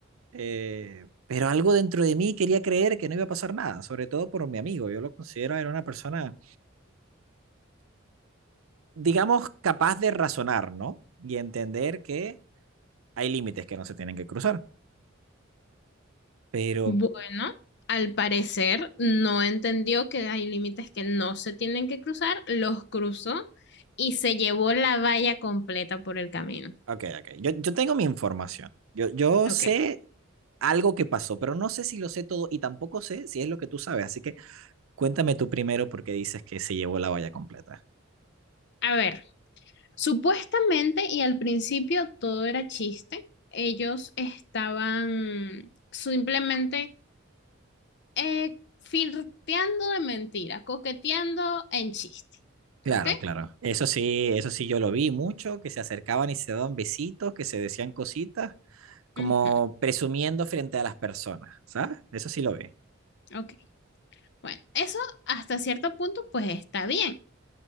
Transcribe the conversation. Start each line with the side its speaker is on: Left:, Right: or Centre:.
Right: Eh, pero algo dentro de mí quería creer que no iba a pasar nada, sobre todo por mi amigo. Yo lo considero era una persona, digamos, capaz de razonar, ¿no? Y entender que hay límites que no se tienen que cruzar. Pero,
Left: Bueno, al parecer no entendió que hay límites que no se tienen que cruzar, los cruzó y se llevó la valla completa por el camino.
Right: ok, ok. Yo, yo tengo mi información. Yo, yo
Left: Ok.
Right: sé algo que pasó, pero no sé si lo sé todo y tampoco sé si es lo que tú sabes. Así que cuéntame tú primero porque dices que se llevó la valla completa.
Left: A ver. Supuestamente, y al principio todo era chiste, ellos estaban simplemente eh, flirteando de mentira, coqueteando en chiste.
Right: Claro,
Left: ¿Ok?
Right: claro. Eso sí, eso sí yo lo vi mucho, que se acercaban y se daban besitos, que se decían cositas. como
Left: Ujú,
Right: presumiendo frente a las personas, ¿sabes? Eso sí lo vi.
Left: ok. Bueno, eso hasta cierto punto pues está bien,